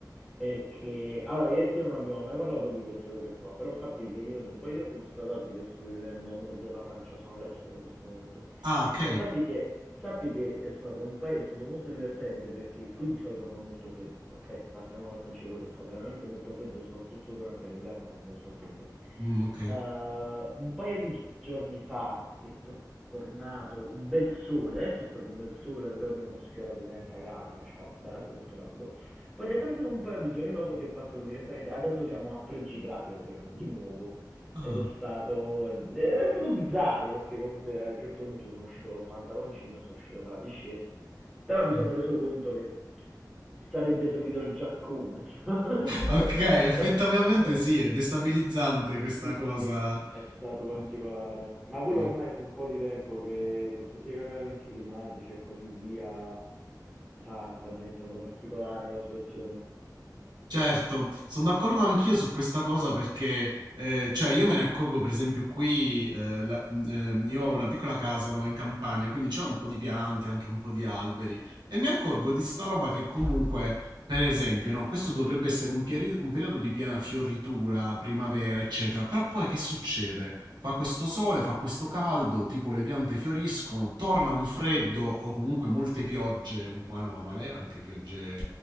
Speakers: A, in the centre; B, on the right (about 75°).
A: perché allora io e te non abbiamo mai parlato di queste cose qua, però sappi che io da un po' di tempo a questa parte che sto vivendo al nord della Francia, sono all'estero in questo momento.
B: Ah, ok.
A: E sappi che, sappi che è stato un paese, è stato molto divertente perché qui di solito fa molto freddo, ok? Partiamo dal principio che fa veramente molto freddo, soprattutto durante l'inverno fa molto freddo.
B: Mh, okay.
A: Eh, un paio di giorni fa è to- tornato un bel sole, c'è stato un bel sole, dove abbiamo sfiorato i 30 gradi, faceva veramente molto caldo. Poi direttamente dopo un paio di giorni dopo si è passato direttamente, adesso siamo a 13 gradi praticamente, di nuovo.
B: Ah.
A: Ed è stato, ed è stato bizzarro perché comunque a un certo punto sono uscito col pantaloncino, sono uscito con la t-shirt, però mi
B: Mh.
A: sono reso conto che sarebbe servito il giaccone. <laughs>
B: Okay,
A: È
B: effettivamente
A: sta- è-
B: sì, è destabilizzante questa
A: sì,
B: cosa.
A: sì, sì, È stato particolare,
B: Mh.
A: ma quello
B: Sì.
A: ormai è un po' di tempo che con tutti i cambiamenti climatici e così via, sta, sta diventando particolare la situazione.
B: Certo, sono d'accordo anch'io su questa cosa perché, eh, cioè, io me ne accorgo, per esempio, qui, eh, la- mh, ehm, io ho una piccola casa, no, in campagna, quindi c'è un po' di piante, anche un po' di alberi, e mi accorgo di sta roba che comunque, per esempio, no, questo dovrebbe essere un, pieri- un periodo di piena fioritura, primavera, eccetera, però poi che succede? Fa questo sole, fa questo caldo, tipo le piante fioriscono, torna un freddo o comunque molte piogge un po' anomale, anche piogge